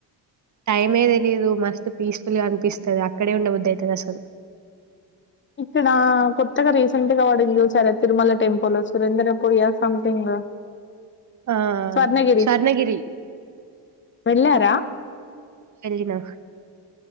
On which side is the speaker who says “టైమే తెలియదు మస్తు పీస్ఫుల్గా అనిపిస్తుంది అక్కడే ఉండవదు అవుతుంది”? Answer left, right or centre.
Right